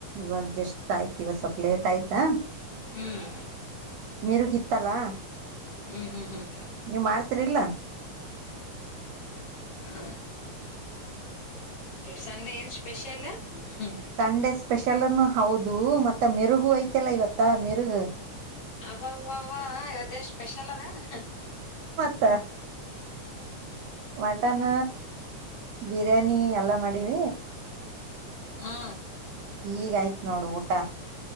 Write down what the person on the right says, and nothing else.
ಇವಾಗ ಜಸ್ಟ್ ಆಯ್ತು ದಿವ ಸ್ವಲ್ಪ ಲೇಟ್ ಆಯ್ತಾ
ಮರುಗಿತ್ತಲ್ಲ
ನೀವ ಮಾಡ್ತಿರಿಲ್ಲ
ಸಂಡೇ ಸ್ಪೆಷಲ್ನ್ನು ಹೌದು ಮತ್ತ ಮಿರುಗು ಐತೆಲ್ಲ ಇವತ್ತ ಮಿರುಗ
ಹ ವಟಾನ ಬಿರಿಯಾನಿ ಎಲ್ಲ ಮಾಡಿವ
ಈಗ ಆಯ್ತು ನೋಡು ಊಟ